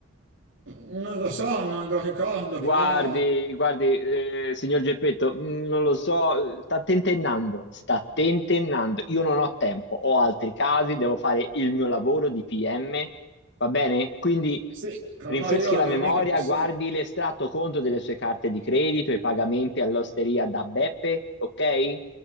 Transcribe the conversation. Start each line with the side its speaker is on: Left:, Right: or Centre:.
Right: non lo so, non lo ricordo,
Left: Guardi,
Right: però
Left: guardi, eh, signor Geppetto, mh, non lo so, eh, sta tentennando, sta tentennando. Io non ho tempo, ho altri casi, devo fare il mio lavoro di PM, va bene? Quindi
Right: sì, però
Left: rinfreschi
Right: io
Left: la
Right: non
Left: memoria,
Right: è che posso...
Left: guardi l'estratto conto delle sue carte di credito, i pagamenti all'osteria da Beppe, ok?